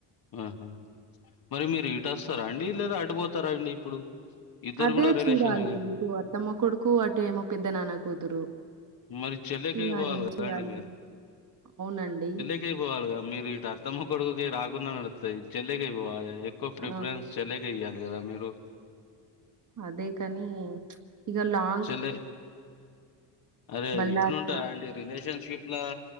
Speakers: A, on the left; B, on the right.
A: ఆహా మరి మీరు ఇటు వస్తారా అండి లేదా అటుపోతారా అండి ఇప్పుడు ఇద్దరు
B: అదే
A: కూడా రిలేషనేగా
B: చూడాలి ఇటు అత్తమ్మ కొడుకు అటు ఏమో పెద్ద నాన్న కూతురు
A: మరి చెల్లకెయి
B: ఇగ
A: పోవాలి
B: ఏం
A: కదా
B: చేయాలి?
A: అండి మీరు
B: అవునండి
A: యి పోవాలిగా మీరు ఇటు అత్తమ్మ కొడుకుకి రాకుండా నర్తది చెల్లకె పోవాలి క్కువ ప్రిఫరెన్స్
B: ఆ!
A: చిల్లికె ఇయాలి కదా మీరు
B: అదే కాని ఇగ లా
A: చెల్లె అరే
B: బల్లార్స
A: ఇట్లుంటాదా అండి రిలేషన్షిప్ల